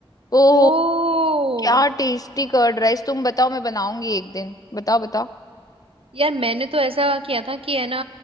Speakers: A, on the left; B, on the right.
A: ओह
B: ओ
A: क्या टेस्टी कर्ड राइस तुम बताओ मैं बनाऊंगी एक दिन बताओ बताओ
B: यार मैंने तो ऐसा किया था कि है ना